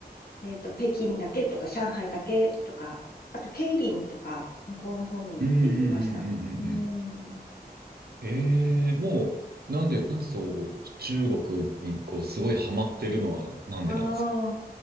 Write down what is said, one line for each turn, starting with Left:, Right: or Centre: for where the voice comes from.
Left: えっと、北京だけとか、上海だけとか、あと、桂林とか、向こうの方にも行ってみました。
Right: うんうんうんうんうんうん。
Left: うん。
Right: ええもう、なんで、なんでそう、中国にこう、すごいハマってるのはなんでなんですか
Left: ああ、